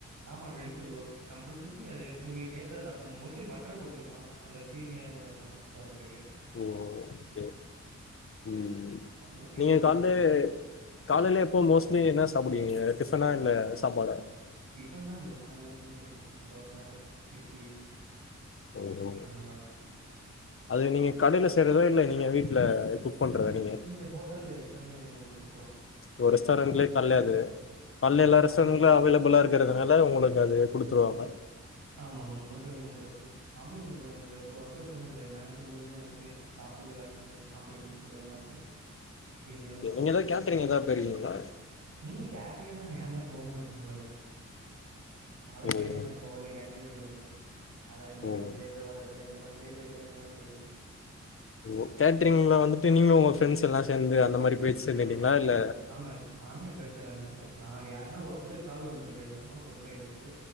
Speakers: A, on the right; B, on the left.
A: ஆமாங்க இருக்கு ப்ரோ கம்பல்சரி அது உங்களுக்கு ஏத் ததுதா மோஸ்ட்லி பட்டர் போட்டுக்கலா அந்த கிரீமிய இருக்கற மாரி வரத்
B: ஓ ஓகே ம்
A: அப்படின்னா நெய்
B: நீங்க
A: அந்த
B: கால்லே
A: லேஸ்ட்டாக
B: காலையில எப்போ மோஸ்ட்லி என்ன சாப்பிடுவீங்க க்த் டிபன்னால்ல சாப்பாடு
A: டிபன் தான் ப்ரோ காலையில எப்பவுமே டிபன்தா தோச இட்லி
B: ஓ ஓ
A: அந்த மார்தா
B: அது நீங்க கடையில செய்யறதா இல்ல நீங்க வீட்ல குக் பண்றதா நீங்க
A: இங்க ஹோட்டல்ல ரெஸ்டாரன்ட்ல நம்ப குடுத்
B: ஓ ரெஸ்டாரண்ட்லயே கால்லே து கால்ல
A: ஆமா
B: எல்லா
A: ஸ்டாஃபிங்
B: ரெஸ்டாரண்ட்ல
A: தனியா
B: அவைலபில்லா இருக்கறதுனால உங்களுக்கு அது குடுத்துருவாங்க
A: ஆமா ஆமா நமக்கு வந்துரு எப்பயுமே காப்ளிமெண்ட் வேணு நமக்கு ஒர்கர்ஸு எங்க மேட்மெண்ட்லந்து எல்லாத்துமே ஸ்டாஃபுங்கு எல்லாத்துகுமே காம்ப்ளிமெண்ட் ஃபுட்டுதா எல்லாத்துக்கு எங்கே வே சாப்ட்டுக்கலா
B: நீங்க ஏதாவது கேட்டரிங் ஏதாவது போயிருக்கீங்களா
A: ம் கே கேகளா யாருன்னா போகம இருப்பாங்களா ப்ரோ காலேஜ்
B: ம்
A: டைம்ல நாங்க போகாத் கேட்டரிங் எல்லாத்துக்கு நாலாயிரோ பேரு
B: ம்
A: அஞ்சாயிரோ பேரு வர கல்யாணத்துக்கலா பெரிய பெரிய கல்யாணத்துக்கலா போயிருக்கோ
B: ஓ கேட்டரிங்ல வந்துட்டு நீங்க உங்க ஃப்ரெண்ட்ஸெல்லா சேந்து மாரி போய்
A: ம்
B: சேந்துட்டீங்களா
A: ஆமா
B: இல்ல
A: ஆமா நானே எ ஃப்ரெண்ட்ஸ் எல்லாருமேதா போவோ நா யாருன்னா ஒருத்தருக் கால் வந்துரு எப்படியாருந்தாலு ஒரு சைட்லருந்து